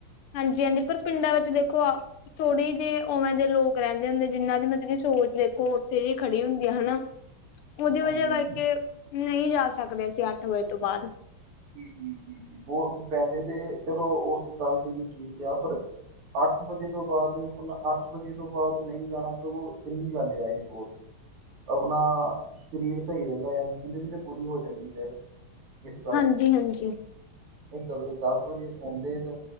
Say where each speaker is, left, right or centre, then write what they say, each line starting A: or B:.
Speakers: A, on the left; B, on the right.
A: ਹਾਂਜੀ ਹਾਂਜੀ ਪਰ ਪਿੰਡਾਂ ਵਿੱਚ ਦੇਖੋ ਆ ਥੋੜੀ ਜਿਹੇ ਉਵੇਂ ਦੇ ਲੋਕ ਰਹਿੰਦੇ ਹੁੰਦੇ ਜਿਹਨਾਂ ਦੀ ਮਤਲਬ ਕਿ ਸੋਚ ਦੇਖੋ ਉੱਥੇ ਜ ਖੜੀ ਹੁੰਦੀ ਆ ਹਨਾ ਉਹਦੀ ਵਜ੍ਹਾ
B: ਹਾਂਜੀ
A: ਕਰਕੇ
B: ਹਾਂਜੀ
A: ਨਹੀਂ ਜਾ ਸਕਦੇ ਅਸੀਂ ਅੱਠ ਵਜੇ ਤੋਂ ਬਾਅਦ
B: ਜ ਜ ਜ ਉਹ ਵੈਸੇ ਤੇ ਚਲੋ ਉਸ ਗੱਲ ਦੀ ਵੀ ਠੀਕ ਆ ਪਰ ਅੱਠ ਵਜੇ, ਤੋਂ ਬਾਅਦ ਆਪਣਾ ਅੱਠ ਵਜੇ, ਤੋਂ ਬਾਅਦ ਨਹੀਂ ਜਾਣਾ ਸਗੋਂ ਇਹੀ ਗੱਲ, ਆ ਇਹ ਬਹੁਤ ਆਪਣਾ, ਸਰੀਰ ਸਹੀ ਰਹਿੰਦਾ ਆ, ਨੀਂਦ ਵੀ ਤਾਂ ਪੂਰੀ ਹੋ ਜਾਂਦੀ, ਫਿਰ ਇਸ ਕਰ
A: ਹਾਂਜੀ ਹਾਂਜੀ
B: ਨਹੀਂ, ਘਰੋਂ ਤੇ, ਦਸ ਵਜੇ ਸੋਂਦੇ ਜੇ